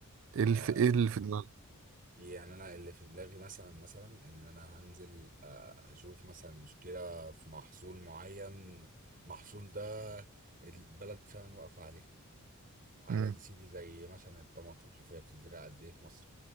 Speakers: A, on the right (about 60°); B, on the right (about 40°).
A: ايه
B: آه،
A: اللي في ايه اللي في دماغك
B: يعني انا اللي في دماغي مثلا مثلا ان انا هنزل آه، هشوف مثلا مشكلة في محصول معين محصول ده البلد فعلا واقفة عليه حاجة
A: مم،
B: زي سيدي زي مثلا الطماطم شوف هي بتتزرع قد ايه في مصر